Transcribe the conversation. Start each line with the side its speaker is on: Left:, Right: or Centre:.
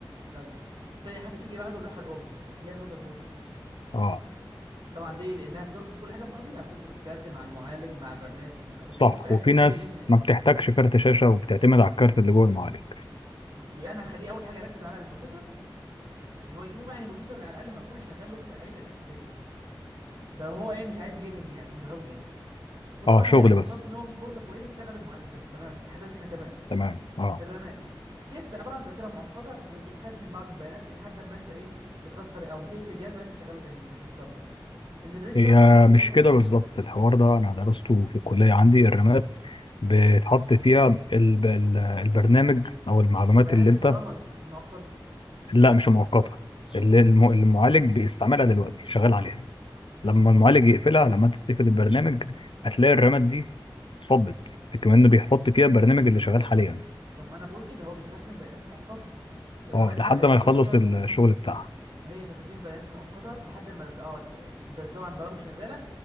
Right: طيب تاني حاجه بتيجي بعده اللوحه الام اللي هي المذر بورد يعني
Left: اه
Right: طبعا ليه لانها بتربط كل حاجه ببعضيها بتربط الكارت مع المعالج مع الرامات مع وتديك
Left: صح
Right: في الاخر
Left: وفي
Right: النتيجه
Left: ناس
Right: اللي النهائيه
Left: ما بتحتاجش كارت شاشه وبتعتمد على الكارت اللي جوه المعالج
Right: م. يبقى انا هخليه اول حاجه اركز على البروسيسور وان هو يكون بقى يعني بروسيسور على الاقل مقبول يشغل له الحاجات الاساسيه ده هو ايه مش عايز جيمنج يعني مش غاوي جيمنج وطبعا
Left: اه شغل
Right: هيركز
Left: بس
Right: برضو ان هو يجيب بورده كويسه تشغل المعالج ده تمام لحد دلوقتي احنا تمام
Left: تمام اه
Right: الرامات ديت عباره عن ذاكره مؤقته ب- بتخزن بعض البيانات لحد ما انت ايه بتراستر او بتقفل الجهاز وبعدين بتشغله تاني مش بتراستره لان الريستارت
Left: هي
Right: مش بيعمل
Left: مش كده
Right: مسح
Left: بالظبط الحوار ده انا درسته في الكليه عندي الرماد بتحط فيها الب- ال- البرنامج او المعلومات
Right: بيانات
Left: اللي
Right: البرامج
Left: انت
Right: مؤقته
Left: لا مش مؤقته اللي الم- اللي المعالج بيستعملها دلوقتي شغال عليها لما المعالج يقفلها لما انت تقفل البرنامج هتلاقي الرماد دي اتفضت كمان بيحط فيها البرنامج اللي شغال حاليا
Right: طب ما انا بقول كده هو بيخزن بيانات مؤقته الرامات
Left: اه لحد
Right: هي وظيفتها
Left: ما يخلص الشغل بتاعها
Right: هي تخزين بيانات مؤقته لحد ما اه وطبعا البرامج شغاله